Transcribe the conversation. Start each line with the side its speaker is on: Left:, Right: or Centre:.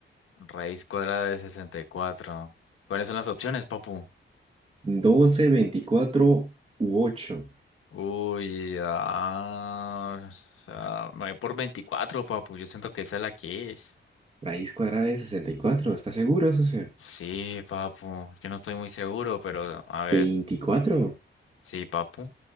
Left: raíz cuadrada de 64. ¿Cuáles son las opciones, papu?
Right: 12, 24 u 8.
Left: Uy, ah, o sea, me voy por 24, papu. Yo siento que esa es la que es.
Right: Raíz cuadrada de 64. ¿estás seguro, socio?
Left: Sí, papu. Es que no estoy muy seguro, pero a ver.
Right: 24.
Left: Sí, papu.